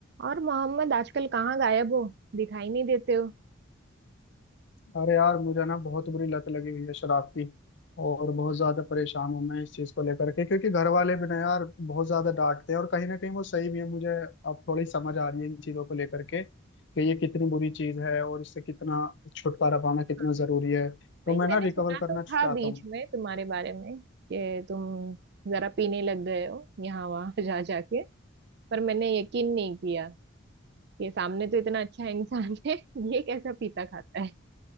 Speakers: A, on the right (about 50°); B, on the left (about 55°).
A: और मोहम्मद आजकल कहाँ गायब हो दिखाई नहीं देते हो
B: अरे यार मुझे ना बहुत बुरी लत लगी हुई है शराब की और बहुत ज्यादा परेशान हूँ मैं इस चीज को लेकर के क्योंकि घर वाले भी ना यार बहुत ज्यादा डांटते हैं और कहीं ना कहीं वो सही भी है मुझे अब थोड़ी समझ आ रही है इन चीजों को लेकर के कि ये कितनी बुरी चीज है और इससे कितना छुटकारा पाना कितना
A: हाँ।
B: जरूरी है तो
A: भाई
B: मैं
A: मैंने
B: ना रिकवर
A: सुना
B: करना
A: तो था
B: चाहता
A: बीच
B: हूँ
A: में तुम्हारे बारे में कि तुम जरा पीने लग गए हो यहाँ वहाँ <laughs> जा जाके पर मैंने यकीन नहीं किया ये सामने तो इतना अच्छा इंसान है ये कैसा पीता खाता है